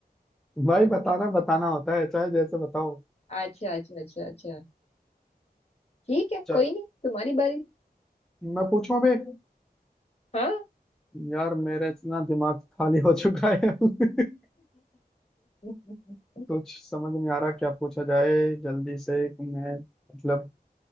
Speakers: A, in the centre; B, on the left.
A: भाई बताना बताना होता है चाहे जैसे बताओ
B: अच्छा अच्छा अच्छा अच्छा ठीक है
A: चा,
B: कोई नहीं तुम्हारी बारी
A: मैं पूछूं अबे
B: हाँ
A: यार मेरे इतना दिमाग खाली हो चुका है <laughs>
B: <laughs>
A: कुछ समझ नहीं आ रहा क्या पूछा जाए जल्दी से मैं मतलब